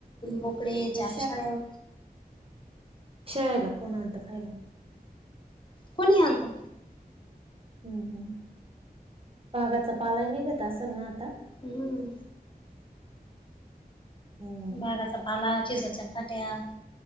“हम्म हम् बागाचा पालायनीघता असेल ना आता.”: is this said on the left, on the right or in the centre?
Right